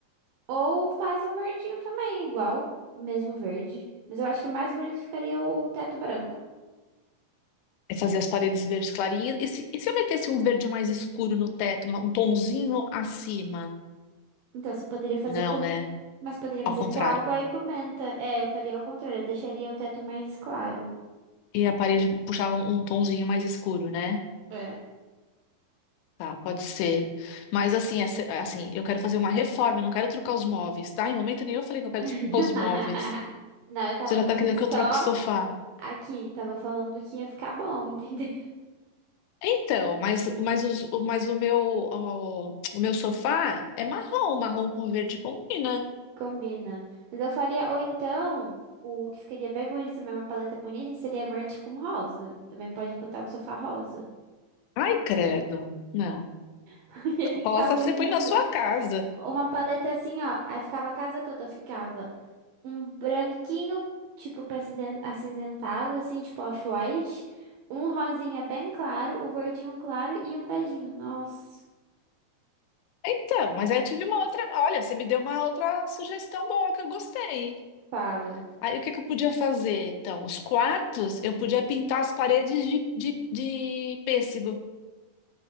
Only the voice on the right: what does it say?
ou faz um verdinho também, igual, o mesmo verde. Mas eu acho que mais bonito ficaria o teto branco.
Então, você poderia fazer
com...
Mas poderia
fazer
com água e comenta. É, eu faria ao contrário, eu deixaria o teto mais claro.
É.
<laughs>
Não, eu tava
dando
só
aqui, tava falando que ia ficar bom, <laughs> entendeu?
Combina. Mas eu faria, ou então, o que ficaria bem bonito também, uma paleta bonita, seria verde com rosa. Também pode botar um sofá rosa.
<laughs> Ia ficar
bonito.
Uma paleta assim, ó. Aí ficava a casa toda, ficava um branquinho, tipo, pra aciden- acinzentado, assim, tipo off-white. Um rosinha bem claro, o verdinho claro e um beijinho. Nossa,
fala.